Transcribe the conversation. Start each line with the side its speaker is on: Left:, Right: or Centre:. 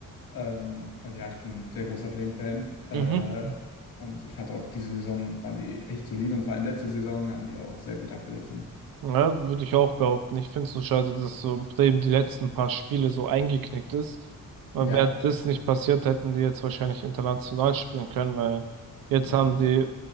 Left: Ähm, und ja, ich bin ein sehr großer Bremen-Fan. Äh,
Right: Mhm.
Left: und ich fand auch diese Saison waren die echt solide und vor allem letzte Saison haben die auch sehr gut abgerissen.
Right: Ja, würde ich auch behaupten. Ich finde es so schade, dass so Bremen die letzten paar Spiele so eingeknickt ist. Weil
Left: Ja,
Right: wäre das
Left: das stimmt.
Right: nicht passiert, hätten die jetzt wahrscheinlich international spielen können, weil jetzt
Left: Ja.
Right: haben die